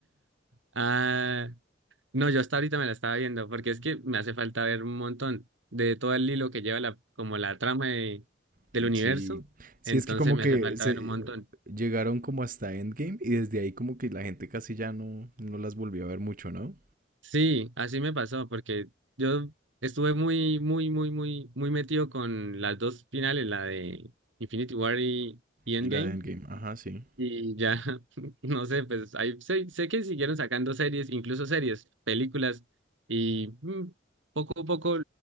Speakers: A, on the right; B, on the right.
A: Ah, No, yo hasta ahorita me la estaba viendo, porque es que me hace falta ver un montón de todo el hilo que lleva la, como la trama de-
B: Mm,
A: del universo,
B: Sí. Sí,
A: entonces
B: es que como
A: me
B: que
A: hace falta
B: se
A: ver un montón.
B: llegaron como hasta Endgame y desde ahí como que la gente casi ya no, no las volvió a ver mucho, ¿no?
A: Sí, así me pasó, porque yo estuve muy, muy, muy, muy, muy metido con las dos finales, la de Infinity War y, y Endgame,
B: Y la de Endgame, ajá, sí.
A: Y ya, <laughs> no sé, pues ahí sé, sé que siguieron sacando series, incluso series, películas, y mm, poco a poco,